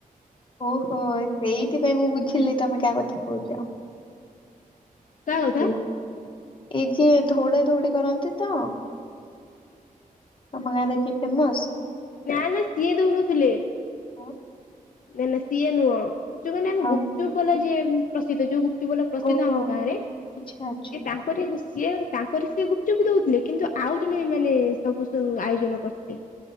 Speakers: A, on the left; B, on the left.
A: ଓହୋ ସେଇଥିପାଇଁ ମୁଁ ବୁଝିି ଥିଲି ତମେ କାହା କଥା କହୁଛ। ବୁଝିଲି
B: କା କଥା।
A: ଏଇ ଯିଏ ଧଉଡା ଧୌଡି କରନ୍ତି ତ ତମ ଗାଁରେ ଯିଏ ଫେମସ।
B: ନା ନା ସିଏ ଦଉନଥିଲେ।
A: ଆଉ
B: ନା ନା ସିଏ ନୁହ। ଗୁପଚୁ ମାନେ ଆମ ଗୁପଚୁପ
A: ଆଉ
B: ବାଲା ଯିଏ। ପ୍ରସିଦ୍ଧ ଯଉ ଗୁ ଚୁପ ବାଲା ପ୍ରସିଦ୍ଧ
A: ଓହୋ
B: ଆମ ଗାଁରେ ସିଏ
A: ଆଚ୍ଛା ଆଚ୍ଛା
B: ତାଙ୍କରି ଗୁ ସିଏ ତାଙ୍କରି ସିଏ ଗୁପଚୁପ ଦଉଥିଲେ କିନ୍ତୁ ଆଉ ଜଣେ ମାନେ ସବୁୁ ଆୟୋଜନ କରିଥିଲେ।